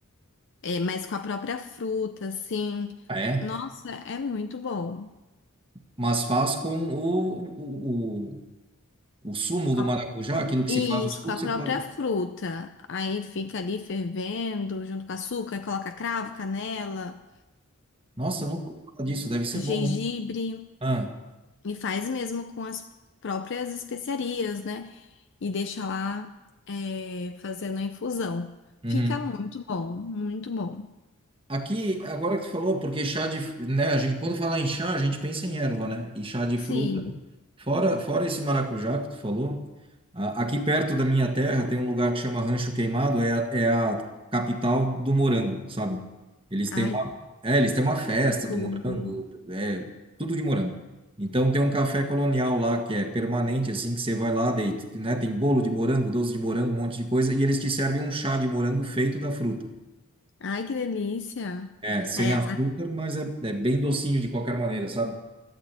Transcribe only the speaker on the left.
É, mas com a própria fruta, assim.
Nossa, é muito bom.
Com
a
Isso,
com a
própria
fruta. Aí fica ali fervendo, junto com açúcar, coloca cravo, canela,
gengibre
e faz mesmo com as próprias especiarias, né? E deixa lá, é, fazendo a infusão.
Fica muito bom, muito bom.
Sim.
Ai,
que
tudo.
Ai, que delícia.
É,